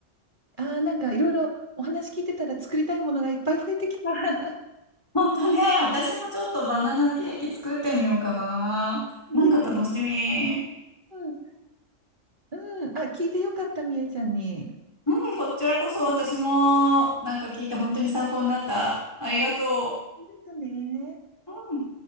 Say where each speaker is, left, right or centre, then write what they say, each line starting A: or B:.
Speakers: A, on the right; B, on the left.
A: ああなんかいろいろお話聞いてたら作りたいものがいっぱい増えてきた。<laughs>
B: 本当ね、私もちょっとバナナケーキ作ってみようかな。なんか楽しみ。
A: ねうん、うん、あ、聞いてよかった、みえちゃんに。
B: うん、こちらこそ私もなんか聞いて本当に参考になった。ありがと
A: ありがとうね。
B: う。うん